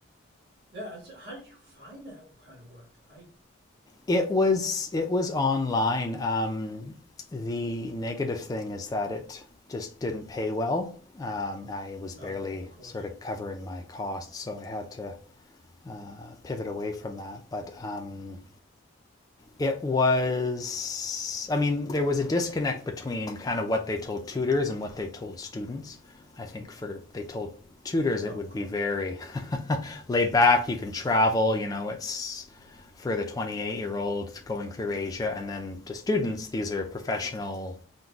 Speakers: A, on the right; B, on the left.
A: Yeah. That's, how did you find that kind of work? I
B: It was it was online. Um, the negative thing is that it just didn't pay well. Um, I was
A: no,
B: barely
A: oh, of course.
B: sort of covering my costs, so I had to uh, pivot away from that. But um, it was i mean there was a disconnect between kind of what they told tutors and what they told students i think for they told tutors it
A: Oh,
B: would
A: of course.
B: be very <laughs> laid back you can travel you know it's for the 28 year old going through asia and then to students these are professional